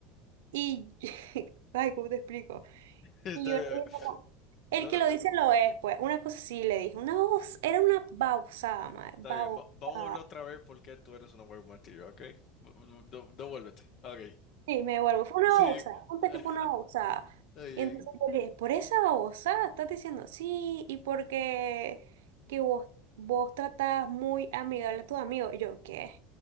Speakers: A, on the right; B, on the left.
A: y, <laughs> ay, ¿cómo te explico?
B: Está
A: Y yo
B: bien.
A: le dije
B: eh.
A: como, el
B: No
A: que
B: te
A: lo
B: preocupes.
A: dice lo es, pues, una cosa sí le dije, una voz, era una babosada, madre,
B: Está
A: babosada.
B: bien. va- Vamos a volver otra vez porque tú eres una web material, ¿ok? V- v- de- Devuélvete. Ok.
A: Sí, me vuelvo Fue una
B: Sí.
A: babosada. Ponte
B: <laughs>
A: que fue una babosada.
B: Ay,
A: Y
B: ay.
A: entonces yo le dije, por esa babosada estás diciendo sí, y porque que vos, vos tratás muy amigable a tus amigos. Y yo, ¿qué?